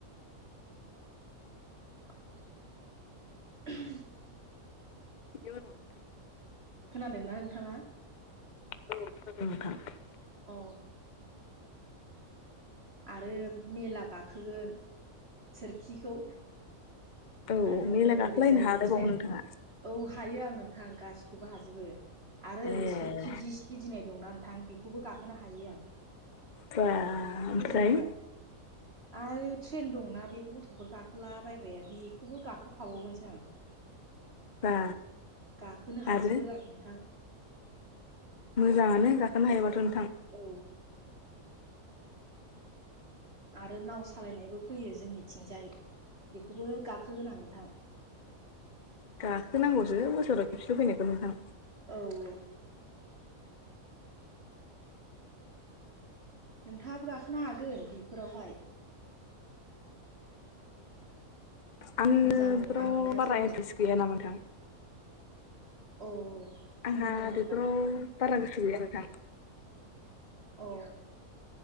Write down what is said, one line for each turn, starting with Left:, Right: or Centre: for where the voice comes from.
Right: <inaudible>
Left: बिनि उनाव नोंथां
Right: खोनादोंना नोंथाङा।
Left: <unintelligible>
Right: अ। आरो मेला गाखोगोन सोरखिखौ।
Left: औ
Right: आरो
Left: मेला गाखोलायनो
Right: ओरैजाय
Left: हालायबावो
Right: ट्रेन
Left: नोंथाङा
Right: औ हायो आं नोंथां गासिखौबो हाजोबो। आरो ओरै
Left: ए
Right: सोरखि दिस गिदिंनाय दंना नोंथां बेखौबो गाखोनो हायो आं।
Left: बा ओमफ्राय
Right: होजोबो आं आरो ट्रेन दंना बे गथ'फोर गाखोला बायग्राया बे खौबो गाखोफाबावगोनसो आं।
Left: बा
Right: गाखोनो हाजोबो
Left: आरो
Right: आं नोंथां।
Left: मोजाङानो गाखोनो हायोबाथ'। नोंथां
Right: औ। आरो नाव सालायनायबो फैयो जोंनिथिंजाय बेखौबो गाखोगोन आं नोंथां। <inaudible>
Left: गाखोनांगौसो बोसोराव खेबसे' फैनायखौ नोंथां।
Right: औ औ। नोंथाङाबो गाखोनो हागोन बेफोरावहाय
Left: आं बेफोराव
Right: मोजां नाङोना
Left: बारा
Right: जोङो
Left: इन्टारेस्ट गैया नामा नोंथां।
Right: अ।
Left: आंहा
Right: नंगौ नामा नोंथां
Left: बेफोराव बारा गोसो गैया नोंथां।
Right: अ